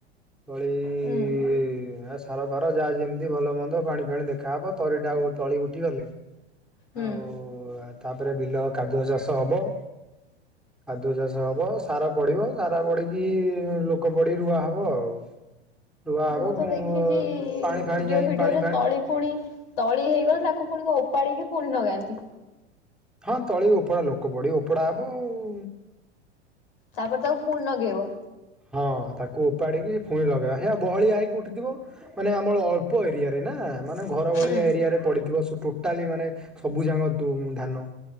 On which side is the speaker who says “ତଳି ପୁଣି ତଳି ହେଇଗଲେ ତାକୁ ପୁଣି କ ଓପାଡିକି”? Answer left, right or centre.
Left